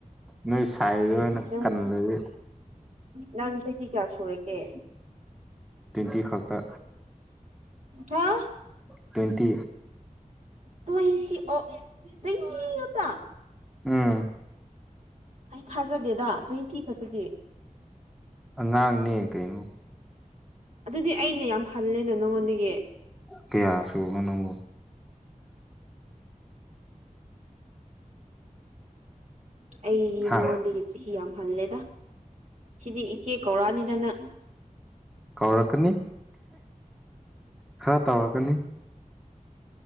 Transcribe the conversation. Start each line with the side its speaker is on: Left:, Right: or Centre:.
Centre: ꯅꯣꯏ ꯁꯥꯏꯗꯨ ꯑꯣꯢꯅ
Right: ꯏꯁ ꯅꯪ
Centre: ꯀꯜꯂꯗꯤ
Right: ꯅꯪ ꯆꯍꯤ ꯀꯌꯥ ꯁꯨꯔꯒꯦ
Centre: ꯇ꯭ꯋꯦꯟꯇꯤ ꯈꯛꯇ
Right: ꯍꯥ
Centre: ꯇ꯭ꯋꯦꯟꯇꯤ
Right: ꯇ꯭ꯋꯦꯟꯇꯤ ꯑꯣ ꯇ꯭ꯋꯦꯟꯇꯤ ꯉꯥꯛꯇ
Centre: ꯎꯝ
Right: ꯑꯩ ꯊꯥꯖꯗꯦꯗ ꯇ꯭ꯋꯦꯟꯇꯤ ꯈꯛꯇꯒꯤ
Centre: ꯑ ꯉꯥꯡꯅꯤ ꯀꯩꯅꯩꯅ
Right: ꯑꯗꯨꯗꯤ ꯑꯩꯅ ꯌꯥꯝ ꯍꯂꯦꯅ ꯅꯉꯣꯟꯗꯒꯤ
Centre: ꯀꯌꯥꯁꯨꯒꯅꯕꯨꯣ
Right: ꯑꯩꯒꯤ
Centre: ꯍꯥ
Right: ꯅꯉꯣꯟꯗꯤ ꯆꯍꯤ ꯌꯥꯝ ꯍꯜꯂꯦꯗ ꯁꯤꯗꯤ ꯏꯆꯦ ꯀꯧꯔꯛꯑꯅꯤꯗꯅ
Centre: ꯀꯧꯔꯛꯀꯅꯤ ꯈꯔ ꯇꯧꯔꯛꯀꯅꯤ